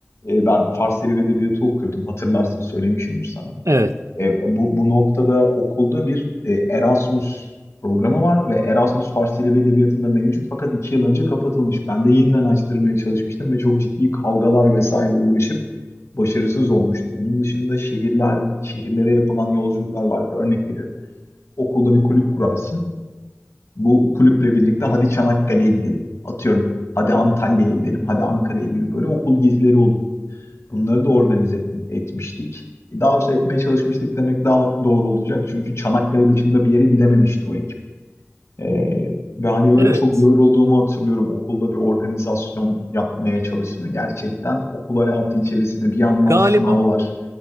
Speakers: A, on the left; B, on the right.
A: e, ben Fars Dili ve Edebiyatı okuyordum. Hatırlarsın söylemişimdir sana.
B: Evet.
A: E, bu, bu noktada okulda bir e, Erasmus programı var ve Erasmus Fars Dili ve Edebiyatı'nda mevcut fakat iki yıl önce kapatılmış. Ben de yeniden açtırmaya çalışmıştım ve çok ciddi kavgalar vesaire uğraşıp başarısız olmuştum. Onun dışında şehirler şehirlere yapılan yolculuklar vardır. Örnek veriyorum. Okulda bir kulüp kurarsın. Bu kulüple birlikte hadi Çanakkale'ye gidelim. Atıyorum. Hadi Antalya'ya gidelim. Hadi Ankara'ya gibi böyle okul gezileri olur. Bunları da organize et- etmiştik. E, Daha doğrusu etmeye çalışmıştık demek daha doğru olacak. Çünkü Çanakkale dışında bir yere gidememişti o ekip. Ee, ve hani böyle
B: Evet.
A: çok yorulduğumu hatırlıyorum. Okulda bir organizasyon yapmaya çalışma. Gerçekten okul hayatı içerisinde bir yandan
B: Galiba
A: sınavlar.